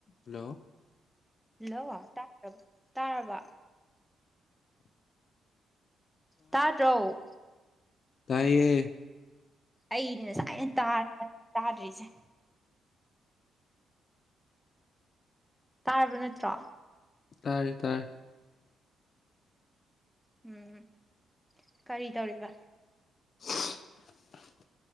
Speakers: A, on the left (about 50°); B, in the centre.
A: ꯂꯣ
B: ꯂꯣ ꯇꯥꯠꯔꯕ ꯇꯥꯔꯕ ꯇꯥꯗ꯭ꯔꯣ
A: ꯇꯥꯢꯌꯦ
B: ꯑꯩꯗꯤ ꯁꯥꯏꯅ ꯇꯥꯔ ꯇꯥꯗ꯭ꯔꯤꯁꯦ ꯇꯥꯔꯕ ꯅꯠꯇ꯭ꯔꯣ
A: ꯇꯥꯔꯦ ꯇꯥꯥꯏ
B: ꯎꯝ ꯀꯔꯤ ꯇꯧꯔꯤꯕ
A: <inaudible>